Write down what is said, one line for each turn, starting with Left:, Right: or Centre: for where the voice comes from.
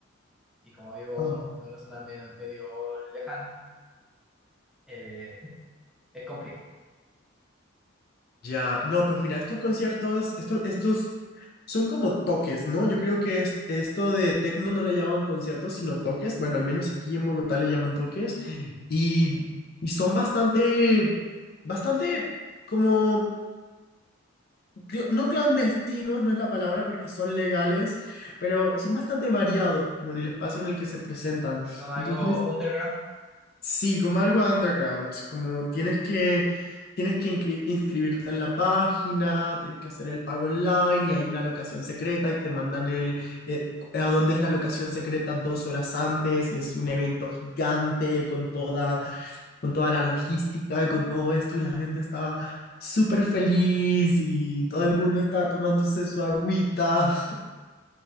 Centre: Y como vivo
Left: Ah.
Centre: en una zona me- medio, lejana, eh, es complicado.
Left: Ya, no, pues mira, estos conciertos, esto, estos son como toques, ¿no? Yo creo que es- esto de tecno no le llaman conciertos, sino toques. Bueno, al menos aquí en Bogotá le llaman toques. Y, y son bastante, bastante como cl- no clandestinos, no es la palabra porque son legales, pero son bastante variados como en el espacio en el que se presentan.
Centre: O sea, Son algo
Left: Entonces,
Centre: underground,
Left: Sí, como algo underground, como tienes que, tienes que inscri- inscribirte en la página, tienes que hacer el pago online y hay una locación secreta y te mandan el, eh, a dónde es la locación secreta dos horas antes y es un evento gigante con toda, con toda la logística y con todo esto y la gente está súper feliz y todo el mundo está tomándose su agüita.